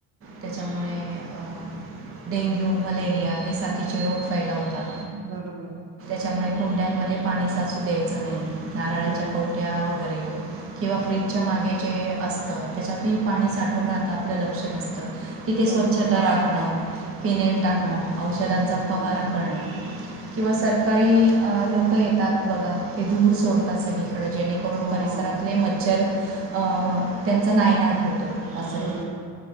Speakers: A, on the right; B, on the right.
A: त्याच्यामुळे अ डेंग्यू, मलेरिया हे साथीचे रोग फैलावतात.
B: बरोबर.
A: त्यामुळे कुंड्यांमध्ये पाणी साचू द्यायचं नाय. नारळाच्या
B: बरोबर,
A: कवट्या वगैरे किंवा फ्रीजच्या मागे जे असतं त्याच्यातही पाणी साठून राहता आपलं लक्ष नस त तिथे स्वच्छता
B: बरोबर,
A: राखणं. फिनेल टाकणं.
B: बरोबर,
A: औषधांचा
B: बरोबर.
A: फवारा करणं. किंवा सरकारी अ लोकं येतात बघा ते धूर सोडतात सगळे कडे जेणेकरून
B: हो,
A: परिसरातले
B: हो, हो.
A: मच्छर अ त्यांचा नायनाट होतो असंय.
B: बरोबर.